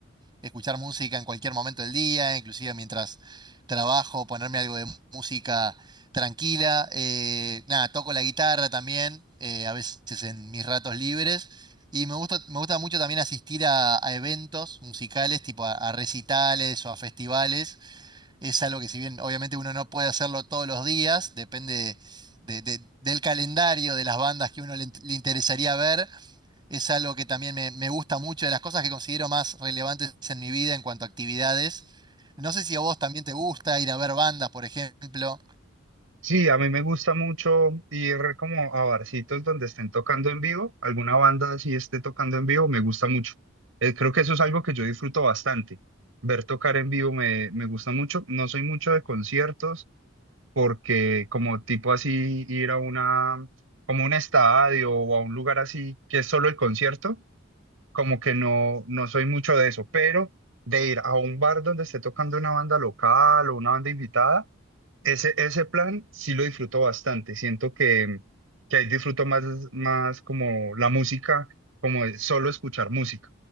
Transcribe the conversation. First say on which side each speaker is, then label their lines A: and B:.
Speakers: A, on the right; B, on the right.
A: escuchar música en cualquier momento del día, inclusive mientras trabajo, ponerme algo de música tranquila. Eh, nada, toco la guitarra también, eh, a veces en mis ratos libres. Y me gusta, me gusta mucho también asistir a, a eventos musicales, tipo a, a recitales o a festivales es algo que si bien obviamente uno no puede hacerlo todos los días, depende de- de- del calendario de las bandas que uno le, int- le interesaría ver, es algo que también me, me gusta mucho, de las cosas que considero más relevantes en mi vida en cuanto a actividades. No sé si a vos también te gusta ir a ver bandas, por ejemplo.
B: Sí, a mí me gusta mucho ir como a barcitos donde estén tocando en vivo, alguna banda así esté tocando en vivo, me gusta mucho. Eh, creo que eso es algo que yo disfruto bastante. Ver tocar en vivo me, me gusta mucho. No soy mucho de conciertos porque como tipo así ir a una, como un estadio o a un lugar así que es solo el concierto, como que no, no soy mucho de eso, pero de ir a un bar donde esté tocando una banda local o una banda invitada. Ese, ese plan sí lo disfruto bastante. Siento que, que ahí disfruto más, más como la música, como de solo escuchar música.